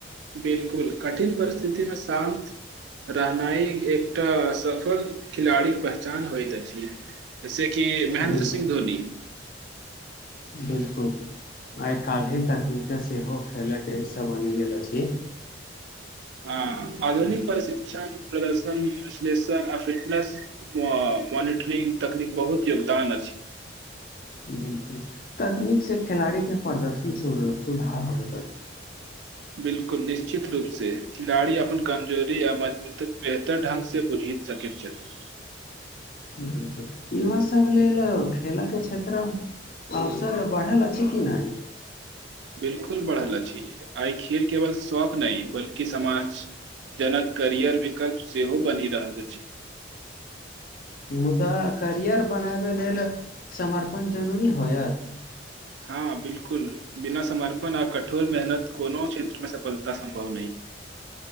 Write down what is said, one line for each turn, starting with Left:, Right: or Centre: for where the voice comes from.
Right: बिलकुल कठिन परिस्थितिमे शान्त रहनाइ एकटा अ सफल खिलाड़ीक पहचान होइत अछि से के महेन्द्र
Left: बिल
Right: सिंह धोनी
Left: बिल्कुल आइ काल्हि तकनीकके सेहो खेलयके हिस्सा बनि गेल अछि
Right: हँ आधुनिक प्रशिक्षण प्रदर्शन विश्लेषण आ फिटनेस मॉनिटरिंग तकनीक बहुत योगदान अछि
Left: बिलकुल तकनीक से खिलाड़ीके प्रदर्शन सुधार होबे
Right: बिलकुल निश्चित रूपसँ खिलाड़ी अपन कमजोरी आ मजबूत बेहतर ढङ्गसँ बुझि सकैत छथिन
Left: बिलकुल युवास सभ लेल खेलयके क्षेत्रमे अवसर बढ़ल अछि कि नहि
Right: बिल्कुल बढ़ल अछि आइ खेल केवल शौक नहि बल्कि समाज जनक करियर विकल्प सेहो बनि रहल अछि
Left: मुदा करियर बनाबै लेल समर्पण जरूरी होयत
Right: हँ बिलकुल बिना समर्पण आ कठोर मेहनत कोनो क्षेत्र मे सफलता सं्भव नहि